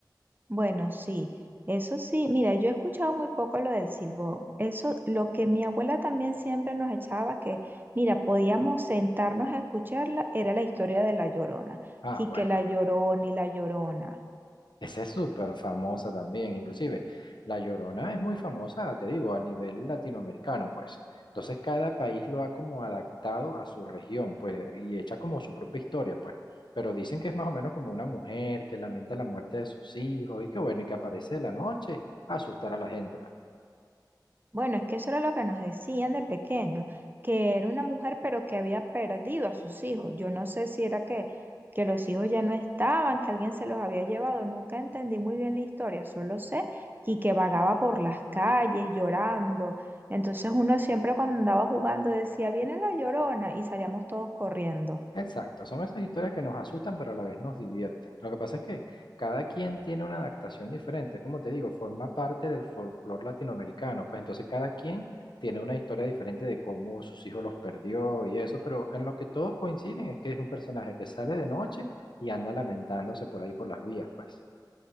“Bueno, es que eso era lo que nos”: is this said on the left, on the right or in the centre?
Right